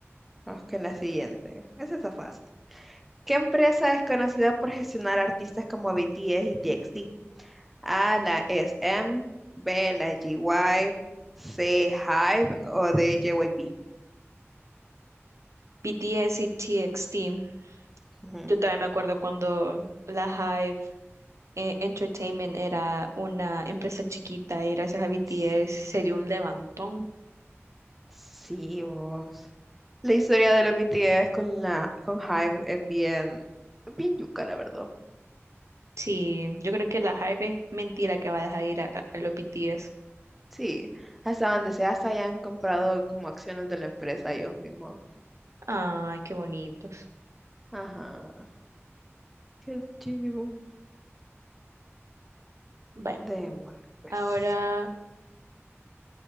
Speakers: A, in the centre; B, on the right.
A: vamos con la siguiente. Esa está fácil. ¿Qué empresa es conocida por gestionar artistas como BTS y TXT? A, la SM, B, la GY, C, Hype o D, JYP.
B: BTS y TXT.
A: Ujú.
B: Yo también me acuerdo cuando la Hive eh, Entertainment era una empresa chiquita y gracias a BTS
A: Sí.
B: se dio un levantón.
A: Sí, vos. La historia de los BTS con la con Hype es bien, bien yuca, la verdad.
B: Sí, yo creo que la Hive es mentira que va a dejar ir a, a los BTS.
A: Sí, hasta donde sea, hasta ya han comprado como acciones de la empresa ellos mismos.
B: Ay, qué bonitos.
A: Ajá, qué chivo.
B: Bueno,
A: Démosle, pues.
B: ahora.